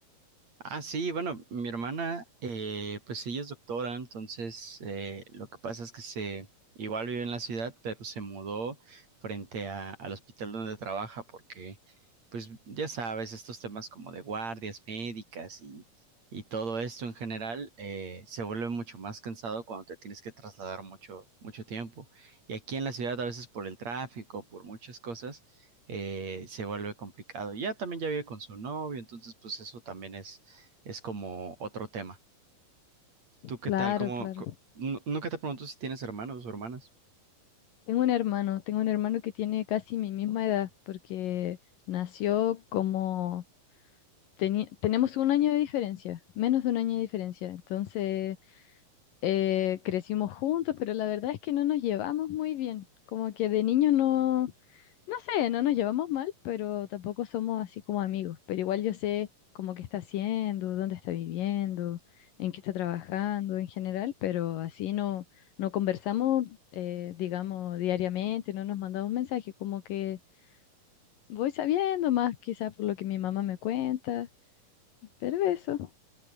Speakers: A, on the right (about 50°); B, on the left (about 75°).
A: Ah, sí, bueno, mi hermana, eh, pues ella es doctora, entonces eh, lo que pasa es que se, igual vive en la ciudad, pero se mudó frente a- al hospital donde trabaja porque, pues ya sabes, estos temas como de guardias médicas y, y todo esto en general eh, se vuelve mucho más cansado cuando te tienes que trasladar mucho, mucho tiempo. Y aquí en la ciudad, a veces por el tráfico, por muchas cosas, eh, se vuelve complicado. Y ya también ya vive con su novio, entonces pues eso también es es como otro tema. ¿Tú qué
B: Claro,
A: tal? ¿Cómo,
B: claro.
A: co- nu- nunca te pregunto si tienes hermanos o hermanas.
B: Tengo un hermano, tengo un hermano que tiene casi mi misma edad, porque nació como... teni- tenemos un año de diferencia, menos de un año de diferencia. Entonces, eh, crecimos juntos, pero la verdad es que no nos llevamos muy bien. Como que de niños no, no sé, no nos llevamos mal, pero tampoco somos así como amigos. Pero igual yo sé como qué está haciendo, dónde está viviendo, en qué está trabajando en general, pero así no, no conversamos, eh, digamos, diariamente, no nos mandamos mensajes, como que voy sabiendo más quizás por lo que mi mamá me cuenta, pero eso.